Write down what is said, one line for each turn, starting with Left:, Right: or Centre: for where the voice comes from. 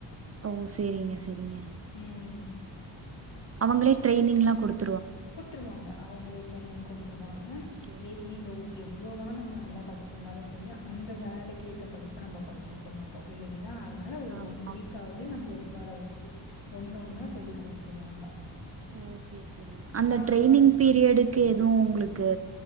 Right: ஓ சேரிங்க சேரிங்க
Left: ம் ம்
Right: அவங்களே ட்ரைனிங்லா குடுப்
Left: குடாத்துருவாங்க அவங்களே ட்ரைய்னிங் குடுத்துருவாங்க
Right: ஓகே ஓகே
Left: ஏ நீங்க உ எவு எவ்ளோதா நம்ம நல்லா படிச்சிருந்தாலு செரி அந்த வேலைக்கு ஏத்தபடிப்பு நம்ப படிச்சிருக்கமாட்டோ இல்லீங்களா அதனால ஒரு
Right: ஆமா
Left: ஒன் வீக்காவது நம்மள உக்கார வச்சு ஒண்ணொன்னா சொல்லி குடுத்துருவாங்க
Right: ஓ சேரி செரிங்க அந்த
Left: அ
Right: ட்ரெய்னிங்
Left: அப்புறம்
Right: பீரியடுக் கு எதுவு உங்ளுக்கு